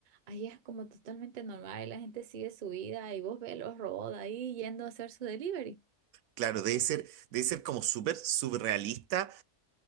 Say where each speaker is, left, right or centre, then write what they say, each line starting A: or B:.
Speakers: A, on the right (about 45°); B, on the right (about 80°).
A: ahí es como totalmente normal y la gente sigue su vida y vos ves los robots ahí yendo a hacer su delivery.
B: Claro, debe ser, debe ser como súper surrealista